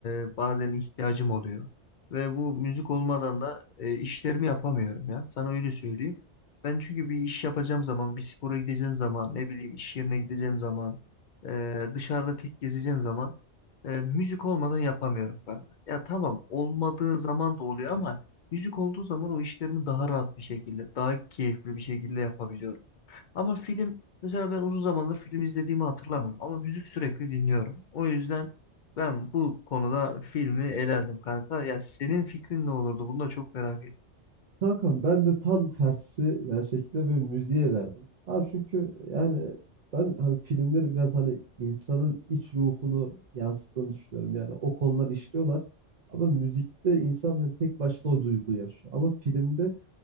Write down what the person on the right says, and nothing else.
Kankam ben de tam tersi yani şekilde böyle müziğe elerdim. Abi çünkü yani ben hani filmleri biraz hani insanın iç ruhunu yansıttığını düşünüyorum. Yani o konular işliyorlar. Ama müzikte insan hani tek başına o duyguyu yaşıyor. Ama filmde